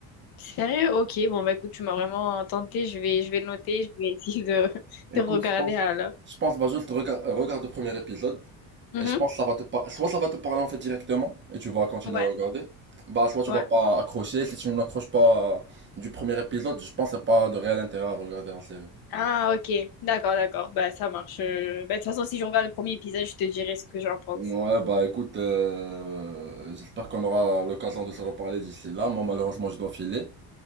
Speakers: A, on the left; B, on the right.
A: Sérieux? Ok, bon bah écoute, tu m'as vraiment tenté, je vais je vais le noter, je vais essayer de, <laughs>
B: Écoute,
A: de regarder
B: je pense,
A: alors.
B: je pense, vas juste regarde, regarde le premier épisode.
A: Mhm.
B: Et je pense que ça va te par- soit ça va te parler en fait directement et tu vas continuer
A: Ouais,
B: à regarder. Bah, soit tu
A: ouais.
B: vas pas accrocher. Si tu n'accroches pas euh, du premier épisode, je pense que c'est pas de réel intérêt à regarder la série.
A: Ah ok, d'accord, d'accord, bah ça marche. Euh, Bah, de toute façon, si je regarde le premier épisode, je te dirai ce que j'en pense.
B: Ouais, bah écoute, euh, j'espère qu'on aura l'occasion de se reparler d'ici là. Moi, malheureusement, je dois filer.